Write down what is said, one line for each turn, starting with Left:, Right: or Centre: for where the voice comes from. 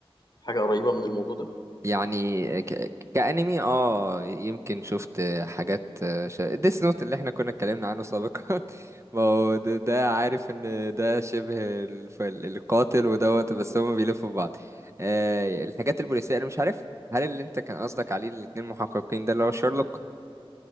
Left: حاجه قريبه من الموضوع ده
Right: يعني ك... ك- كأنمي اه يمكن شفت حاجات آه، ش... ديس نوت اللي احنا كنا اتكلمنا عنه سابقا <laughs> ما هو ده, ده عارف ان ده شبه الف... القاتل ودوت بس هما بيلفوا في بعض آه الحاجات البوليسية انا مش عارف هل اللي انت كان قصدك عليه الاتنين محققين ده اللي هو شارلوك